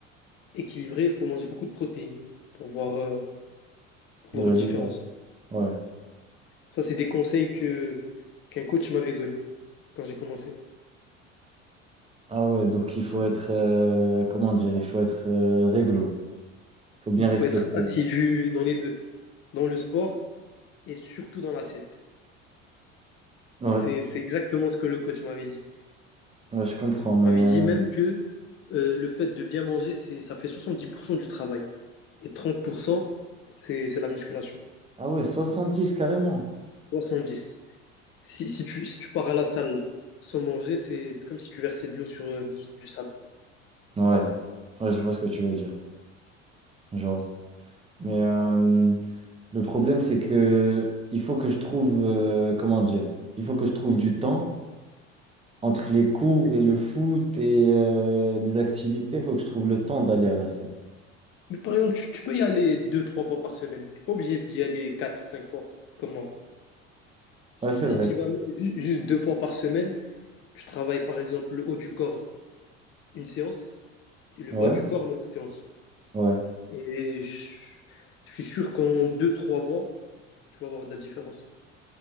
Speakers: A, on the left; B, on the right.
A: Équilibré, il faut manger beaucoup de protéines pour voir, euh, pour voir
B: Le résultat.
A: une différence.
B: Ouais.
A: Ça, c'est des conseils que, qu'un coach m'avait donné quand j'ai commencé.
B: Ah ouais, donc il faut être, euh, comment dire, il faut être euh, réglo. Il faut bien
A: Il
B: respecter.
A: faut être assidu dans les deux, dans le sport et surtout dans l'assiette. Ça,
B: Ouais,
A: c'est, c'est exactement ce que le coach m'avait dit.
B: ouais, je comprends, mais...
A: Il m'avait
B: euh,
A: dit même que euh, le fait de bien manger, c'est, ça fait 70% du travail. Et 30%, c'est, c'est la musculation.
B: Ah ouais, 70 carrément.
A: 70. Si, si, tu, si tu pars à la salle sans manger, c'est c'est comme si tu versais de l'eau sur euh, du, du sable.
B: Ouais. Ouais, je vois ce que tu veux dire. Genre. Mais euh, le problème, c'est que il faut que je trouve, euh, comment dire, il faut que je trouve du temps entre les cours
A: Mais,
B: et le foot et euh, des activités. Il faut que je trouve le temps d'aller à la salle.
A: mais par exemple, tu, tu peux y aller deux, trois fois par semaine. T'es pas obligé d'y aller quatre, cinq fois. Comment? Si
B: Ouais, c'est
A: si
B: vrai.
A: tu y vas ju- juste deux fois par semaine, tu travailles par exemple le haut du corps une séance et le
B: Ouais,
A: bas du corps l'autre séance.
B: ouais.
A: Et je, je suis sûr qu'en deux trois mois, tu vas avoir de la différence.